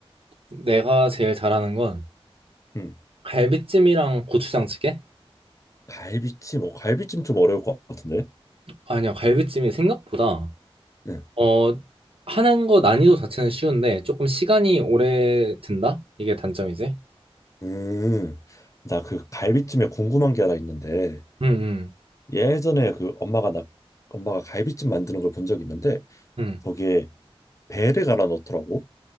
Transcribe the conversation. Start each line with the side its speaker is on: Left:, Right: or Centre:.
Right: 내가 제일 잘하는 건
Left: 음.
Right: 갈비찜이랑 고추장찌개?
Left: 갈비찜, 어, 갈비찜 좀 어려울 것 같은데.
Right: 아니야, 갈비찜이 생각보다
Left: 응.
Right: 어 하는 거 난이도 자체는 쉬운데 조금 시간이 오래 든다? 이게 단점이지?
Left: 음. 나 그 갈비찜에 궁금한 게 하나 있는데
Right: 응, 응,
Left: 예전에 그 엄마가 나 엄마가 갈비찜 만드는 걸 본 적이 있는데
Right: 응.
Left: 거기에 배를 갈아 넣더라고.